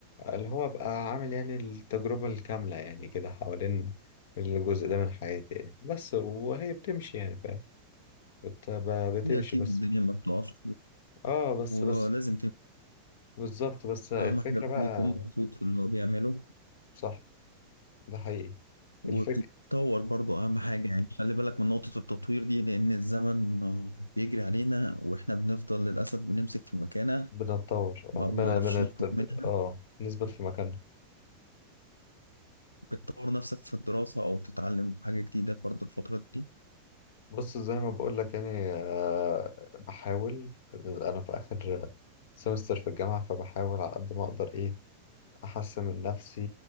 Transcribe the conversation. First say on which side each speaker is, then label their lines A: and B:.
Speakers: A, on the left (about 55°); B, on the left (about 85°).
A: اللي هو أبقى عامل يعني التجربة الكاملة يعني كده حوالين الجزء ده من حياتي يعني بس وهي بتمشي يعني فاهم بت... ب- بتمشي
B: هي اكيد
A: بس
B: الدنيا ما بتقفش
A: اه بس
B: ولازم
A: بس بالظبط بس الفكرة
B: اهم حاجه الواحد
A: بقى
B: يكون مبسوط في اللي هو بيعمله
A: صح ده حقيقي
B: وبتتطور
A: الفكرة
B: برضه اهم حاجه يعني خلي بالك من نقطه التطوير دي لان الزمن آه، بيجري علينا واحنا بنفضل للاسف بنمسك في مكانه
A: بنتطور
B: ما
A: اه
B: بنعرفش
A: بن بنت
B: نخرج منها
A: اه نثبت في مكاننا
B: بتطور نفسك في الدراسه او بتتعلم حاجه جديده برضه الفتره دي
A: بص زي ما بقول لك يعني آه بحاول انا في اخر سمستر في الجامعة فبحاول على قد ما اقدر ايه احسن من نفسي